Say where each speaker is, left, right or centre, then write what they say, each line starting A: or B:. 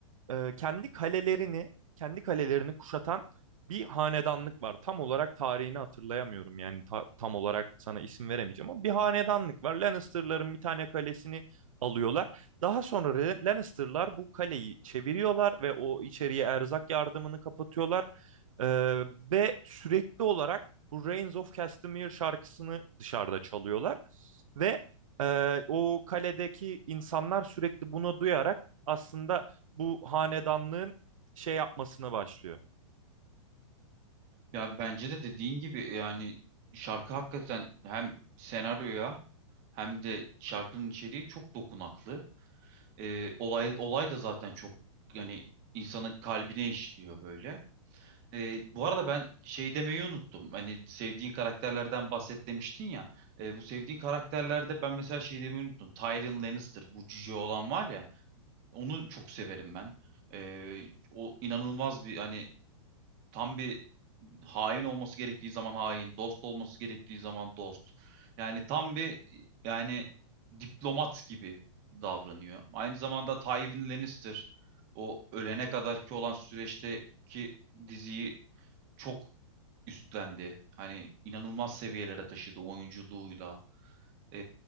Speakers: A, on the right; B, on the right.
A: e, kendi kalelerini kendi kalelerini kuşatan bir hanedanlık var. Tam olarak tarihini hatırlayamıyorum yani ta- tam olarak sana isim veremeyeceğim ama bir hanedanlık var. Lannister'ların bir tane kalesini alıyorlar. Daha sonra Re- Lannister'lar bu kaleyi çeviriyorlar ve o içeriye erzak yardımını kapatıyorlar. E, ve sürekli olarak bu Reigns of Castamere şarkısını dışarıda çalıyorlar ve e, o kaledeki insanlar sürekli bunu duyarak aslında bu hanedanlığın şey yapmasına başlıyor.
B: Ya bence de dediğin gibi yani şarkı hakikaten hem senaryoya hem de şarkının içeriği çok dokunaklı. Ee, olay olay da zaten çok yani insanın kalbine işliyor böyle. E, bu arada ben şey demeyi unuttum. Hani sevdiğin karakterlerden bahset demiştin ya. E, bu sevdiğin karakterlerde ben mesela şey demeyi unuttum. Tyrion Lannister bu cüce olan var ya. Onu çok severim ben. E, o inanılmaz bir hani tam bir hain olması gerektiği zaman hain, dost olması gerektiği zaman dost. Yani tam bir yani diplomat gibi davranıyor. Aynı zamanda Tywin Lannister o ölene kadarki olan süreçteki diziyi çok üstlendi. Hani inanılmaz seviyelere taşıdı oyunculuğuyla, e,